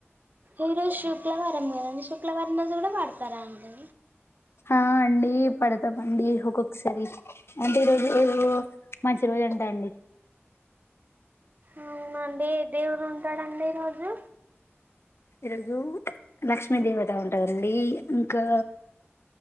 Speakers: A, on the right (about 40°); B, on the left (about 60°).
A: ఈ రోజు శుక్లవారం కదండి శుక్లవారం రోజు కూడా పడతారా అండి
B: ఆ అండి పడ్తామండి ఒకొక్కసారి అంటే ఈ రోజు మంచి రోజు అంట అండి
A: అవునండి దేవుడు ఉంటాడండి ఈ రోజు
B: ఈరోజు లక్ష్మీ దేవత ఉంటందండి ఇంకా